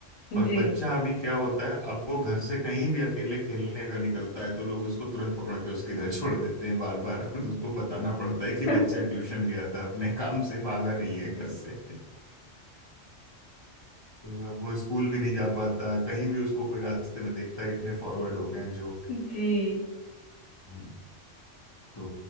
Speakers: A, on the left (about 45°); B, on the left (about 65°).
A: पर
B: जी
A: बच्चा अभी क्या होता है अब वो घर से कहीं भी अकेले खेलने अगर निकलता है तो लोग उसको तुरंत पकड़ के उसके घर छोड़ देते हैं बार बार <laughs> तो उसको बताना पड़ता है कि
B: <laughs>
A: बच्चा ट्यूशन गया था अपने काम से भागा नहीं है घर से <laughs> तो अब वो स्कूल भी नहीं जा पाता कहीं भी उसको कोई रास्ते में देखता है इतने फॉरवर्ड हो गए हैं जोक
B: जी
A: हम्म, तो